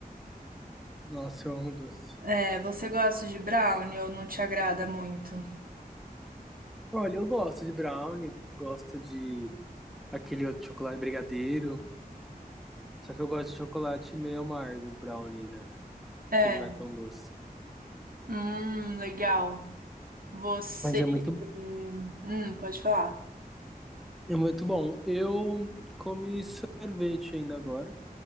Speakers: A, in the centre; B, on the right.
A: nossa, eu amo doce.
B: É, você gosta de brownie ou não te agrada muito?
A: Olha, eu gosto de brownie, gosto de aquele outro chocolate brigadeiro. Só que eu gosto de chocolate meio amargo, brownie, né?
B: É.
A: Que ele não é tão doce.
B: Hum, legal. Você.
A: Mas é muito
B: Hum, pode falar.
A: É muito bom. Eu comi sorvete ainda agora.